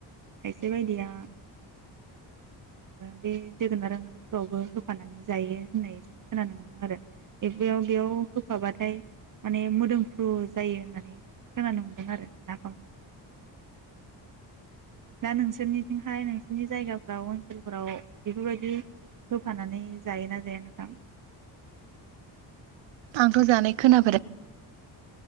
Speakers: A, on the right; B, on the right.
A: खायसे बायदिया बे जोगोनार ओंख्रिफोरावबो होफानानै जायो होननाय जों खोनानो मोनदों आरो बेयाव बेयाव होफाबाथाय माने मोदोमफ्रु जायो होननानै खोनानो मोनदों आरो नाफामखौहाय दा नोंसोरनिथिंहाय नोंसोरनि जायगाफोराव ओनसोलफोराव बेफोरबायदि होफानानै जायोना जाया नोंथां?
B: आंथ' जानाय खोनाफे-